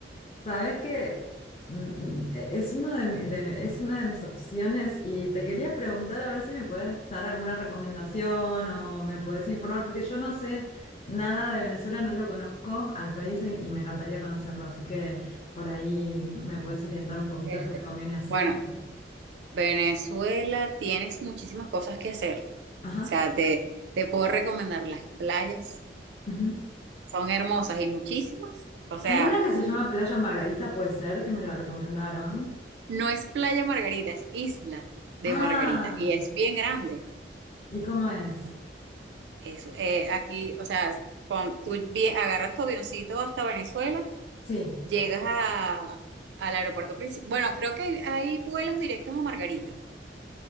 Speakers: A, on the left (about 35°); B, on the right (about 70°).
A: Sabes que mm, eh, es una de mi- de- es una de mis opciones y te quería preguntar a ver si me puedes dar alguna recomendación o me puedes informar, porque yo no sé nada de Venezuela, no lo conozco al país y, y me encantaría conocerlo, así que por ahí me puedes orientar un poquito
B: Este,
A: qué me conviene hacer.
B: bueno, Venezuela tienes muchísimas cosas que hacer. O
A: Ajá.
B: sea, te, te puedo recomendar las playas.
A: ujú.
B: Son hermosas y muchísimas. O sea,
A: Hay una que se llama Playa Margarita, puede ser, que me la recomendaron.
B: no es Playa Margarita, es Isla de
A: Ah,
B: Margarita. Y es bien grande.
A: ¿y cómo es?
B: Es, eh, aquí, o sea, cuando tú vie- agarras tu avioncito hasta Venezuela.
A: Sí.
B: Llegas a, al aeropuerto principal. Bueno, creo que hay, hay vuelos directos a Margarita.